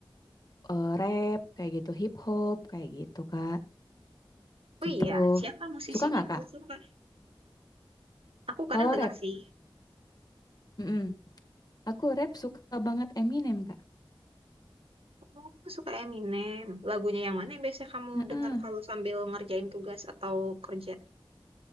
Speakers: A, on the left; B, on the right.
A: eh, rap kayak gitu, hip hop kayak gitu kak.
B: Oh
A: Gitu.
B: iya, siapa musisinya
A: Suka nggak,
B: yang
A: Kak?
B: kamu suka? Aku kadang
A: Kalau
B: dengar
A: rap?
B: sih.
A: Mm-mm. Aku rap suka banget Eminem, Kak.
B: Oh, Aku suka Eminem. Lagunya yang mana yang biasanya kamu
A: Heeh.
B: dengar kalau sambil ngerjain tugas atau kerja?